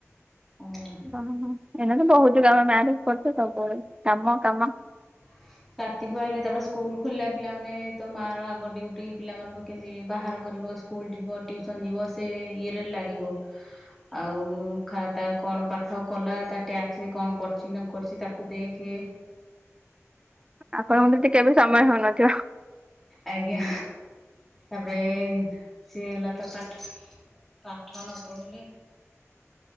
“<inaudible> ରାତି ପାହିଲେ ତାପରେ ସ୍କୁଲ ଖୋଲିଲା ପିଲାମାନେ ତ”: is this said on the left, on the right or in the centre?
Centre